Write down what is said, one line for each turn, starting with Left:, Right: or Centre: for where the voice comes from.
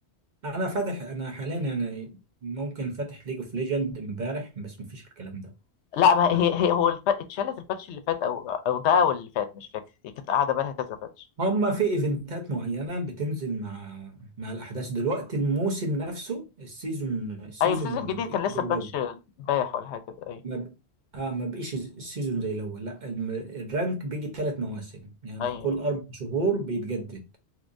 Right: انا فاتح انا حاليا يعني ممكن فاتح ليج اوف ليجند امبارح بس مفيش الكلام ده
Left: لا ما
Right: لا
Left: هي, هي هو الب... اتشالت الباتش اللي فات او او ده او اللي فات مش فاكر هي كانت قاعده بالها كذا باتش
Right: هما في ايفنتات معينة بتنزل مع مع الاحداث دلوقتي الموسم نفسه السيزون السيزون
Left: ايوه سيزون جديد
Right: ما بقيش
Left: كان لسه
Right: زي الاول
Left: الباتش امبارح ولا حاجه كده ايوه
Right: ما ب... اه ما بقيش السيزون زي الاول لا الم- الرانك بيجي ثلاث مواسم يعني
Left: ايوه
Right: كل اربع شهور بيتجدد